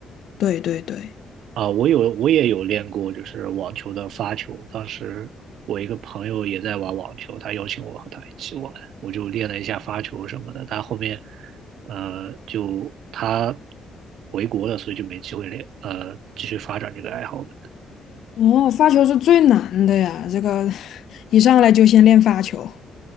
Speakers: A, on the left; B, on the right.
A: 对对对，
B: 啊，我有我也有练过，就是网球的发球。当时我一个朋友也在玩网球，他邀请我和他一起玩，我就练了一下发球什么的。但后面，呃，就他回国了，所以就没机会练，呃，继续发展这个爱好了。
A: 哦，发球是最难的呀，这个 <laughs> 一上来就先练发球。